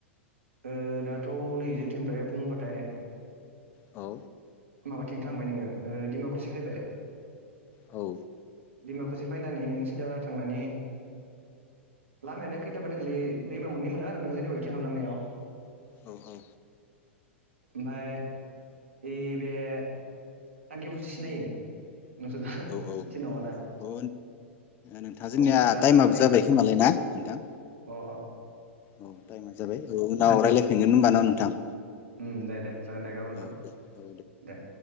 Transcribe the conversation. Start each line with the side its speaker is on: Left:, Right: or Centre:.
Right: उ दाथ' नैजों थनिफ्राय बुंबाथाय
Left: औ
Right: माबाथिं थांबाय नोङो उ दिमाकुसि फायबाय
Left: औ
Right: दैमाखुसि फायनानै नों सिदा थांनानै लामायानो खैथाबा दलै दैमा मोननै मोनो आरो नों जेनेबा बिथिं हाबलांनायाव
Left: औ औ
Right: ओमफाय बे बे थांखि फुथि सिनायो? नोंसोरदा
Left: औ
Right: मिथिनाय नङा दा
Left: औ औ नोंथां जोंनिया
Right: बुंबालाय
Left: टाइमाबो
Right: आरो बोरै
Left: जाबाय खोमालाय ना नोंथां
Right: अ अ
Left: औ टाइमा जाबाय औ उनाव रायलायगोन फिनगोन होनबा ना नोंथां?
Right: उम दे दे जागोन दे गाबोनफोर
Left: औ दे औ
Right: दे